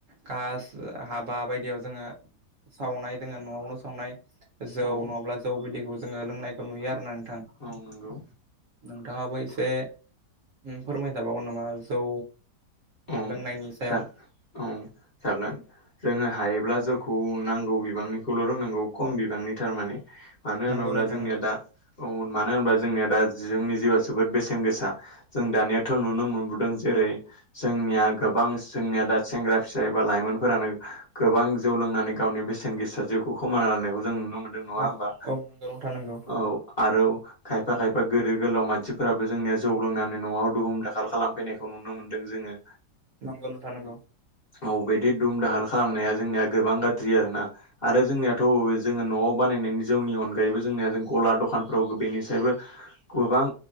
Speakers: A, on the right (about 55°); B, on the left (about 40°).
A: कास हाबा बायदियाव जोङो सावनाय जोङो न'आवनो सावनाय जौ
B: औ
A: नङाब्ला जौ बिदैखौ जोङो लोंनायखौ नुयो आरोना नोंथां।
B: औ नंगौ
A: नोंथाङाबो एसे फोरमायजाबावगोन नामा जौ
B: औ
A: लोंनायनि सायाव
B: जागोन औ जागोन। जोङो हायोब्ला जौखौ नांगौ बिबांनिखौल' रोंनांगौ खम बिबांनि थारमाने। मानो होनोब्ला
A: नंगौ नोंथां
B: जोंनिया
A: नंगौ
B: दा औ मानो होनोबा जोंनिया दा जोंनि जिउआ जोबोद बेसेन गोसा। जों दानियाथ'
A: नंगौ
B: नुनो मोनबोदों जेरै जोंनिया गोबां जोंनिया दा सेंग्रा फिसा एबा लाइमोनफोरानो गोबां जौ लोंनानै गावनि बेसेन गोेसा जिउखौ खोमाना लानायखौ जों नुनो मोन्दों नङा
A: औ
B: होमबा?
A: औ नंगौ नोंथां नंगौ
B: औ। आरो खायफा खायफा गोदो गोलाव मानसिफोराबो जोंनिया जौ लोंनानै न'आव दुहुम दाखाल खालामफैनायखौ नुनो मोन दों जोङो।
A: नंगौ नोंथां नंगौ।
B: अ बेदि दुम दाहाल खालामनाया जोंनिया गोबां गाज्रि आरोना। आरो जोंनियाथ' बे जोङो न'आव बानाय नाय जौनि अनगायैबो जोंनिया जों गला दखानफ्राव बेनिसायबो गोबां